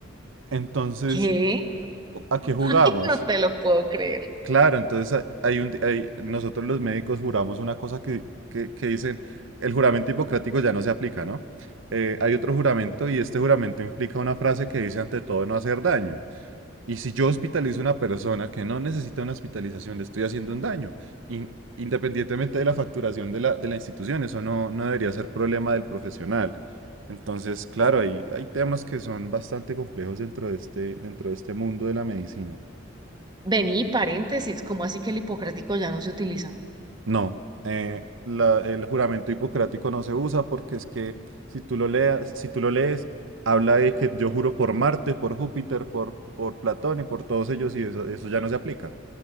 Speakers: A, on the right; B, on the right.
A: Entonces,
B: ¿Qué?
A: ¿a qué jugamos?
B: <laughs> No te lo puedo creer.
A: Claro, entonces ha- hay un, hay- nosotros los médicos juramos una cosa que, que- que dicen, el juramento hipocrático ya no se aplica, ¿no? Eh, hay otro juramento y este juramento implica una frase que dice ante todo no hacer daño. Y si yo hospitalizo a una persona que no necesita una hospitalización, le estoy haciendo un daño, in- independientemente de la facturación de la, de la institución, eso no, no debería ser problema del profesional. Entonces, claro, hay, hay temas que son bastante complejos dentro de este, dentro de este mundo de la medicina.
B: Vení, paréntesis, ¿cómo así que el hipocrático ya no se utiliza?
A: No, eh, la- el juramento hipocrático no se usa porque es que si tú lo leas, si tú lo lees, habla de que yo juro por Marte, por Júpiter, por, por Platón y por todos ellos y eso, eso ya no se aplica.